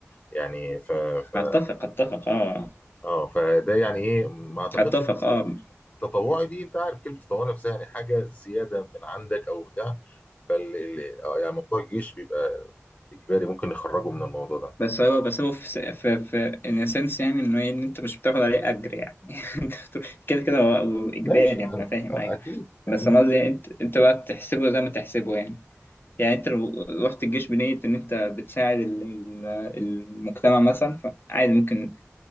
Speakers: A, on the left (about 30°); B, on the left (about 45°).
A: يعني ف ف
B: أتفق أتفق أه
A: اه فده يعني ايه ما اعتقدش
B: أتفق
A: إن
B: أه
A: التطوعي دي انت عارف كلمه تطوعي نفسها يعني حاجه زياده من عندك او بتاع فال ال- آه، يعني موضوع الجيش بيبقى اجباري ممكن نخرجه من الموضوع ده
B: بس هو بس هو في س- في في ان سنس يعني انه إيه، ان انت مش بتاخد عليه اجر يعني <laughs> كده كده هو هو اجباري
A: ماشي
B: يعني
A: اه
B: انا فاهم
A: آه،
B: ايوه
A: اكيد
B: بس
A: اكيد
B: انا قصدي انت انت بقى تحسبه زي ما تحسبه يعني يعني انت لو رحت الجيش بنية ان انت بتساعد ال- ال- المجتمع مثلا فعادي ممكن